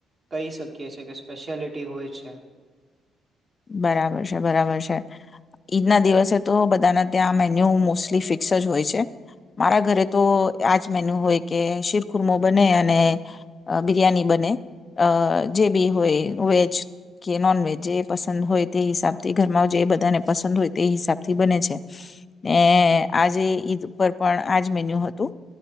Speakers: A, on the right (about 40°); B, on the left (about 35°).
A: કહી શકીએ છે કે સ્પેશિયાલિટી હોય છે.
B: બરાબર છે બરાબર છે ઈદના દિવસે તો બધાના ત્યાં મેન્યુ મોસ્ટલી ફિક્સ જ હોય છે મારા ઘરે તો આજ મેન્યુ હોય કે શીરખુરમો બને અને બિરિયાની બને અ જે બી હોય વેજ કે નોનવેજ જે પસંદ હોય તે હિસાબથી ઘરમાં જે એ બધાને પસંદ હોય તે હિસાબ થી બને છે ને આજે ઈદ ઉપર પણ આજ મેન્યુ હતું